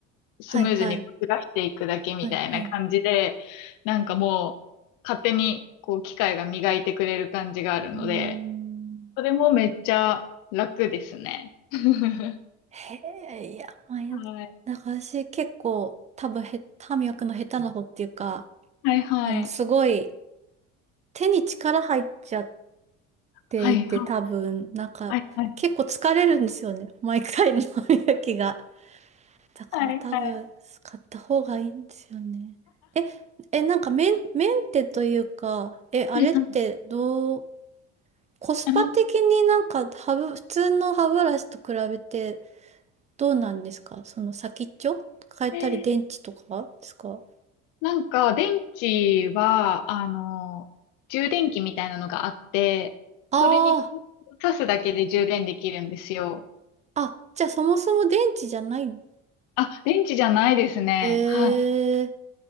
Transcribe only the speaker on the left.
スムーズにこうずらしていくだけみたいな感じで、
なんかもう勝手にこう機械が磨いてくれる感じがあるので、
それもめっちゃ楽ですね。<laughs>
はい。
はいはい。
はいはい。
はいはい。
は
いはい。
あなんか
えー、なんか電池は、あの、充電器みたいなのがあって、
それに挿すだけで充電できるんですよ。
あ、電池じゃないですね。
はい。